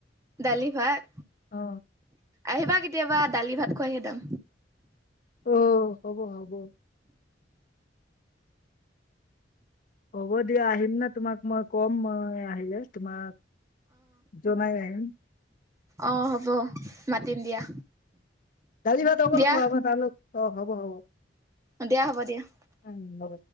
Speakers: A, on the right; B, on the left.
A: দালি ভাত?
B: অ
A: আহিবা কেতিয়াবা দালি ভাত খুৱাই খেডাম।
B: অ' হ'ব হ'ব। হ'ব দিয়া আহিম না তোমাক মই কম মই আহিলে তোমাক জনাই আহিম।
A: অহ হ'ব, মাতিম দিয়া।
B: দালি-ভাত অকল
A: দিয়া,
B: খোৱাব <unintelligible> অ হ'ব হ'ব।
A: দিয়া হ'ব দিয়া।
B: উম হ'ব